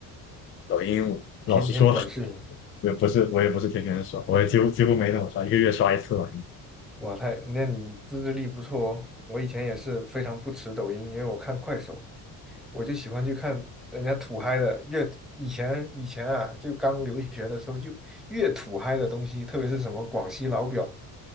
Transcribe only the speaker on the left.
抖音，老实说，
<laughs> 我也不是，我也不是天天刷，我也几乎几乎没怎么刷，一个月刷一次吧。